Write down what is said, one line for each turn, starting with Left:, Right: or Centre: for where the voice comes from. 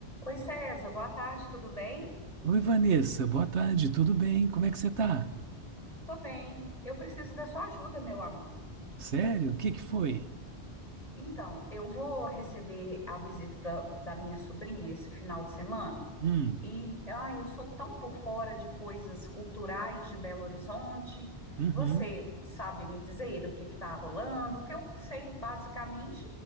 Left: Oi, César, boa tarde, tudo bem?
Right: Oi, Vanessa, boa tarde, tudo bem? Como é que você tá?
Left: Tô bem. Eu preciso da sua ajuda, meu amigo.
Right: Sério? O que que foi?
Left: Então, eu vou receber a visita da minha sobrinha esse final de semana.
Right: Hum,
Left: E, ai, eu sou tão por fora de coisas culturais de Belo Horizonte.
Right: uhum.
Left: Você sabe me dizer o que está rolando? O que eu sei, basicamente,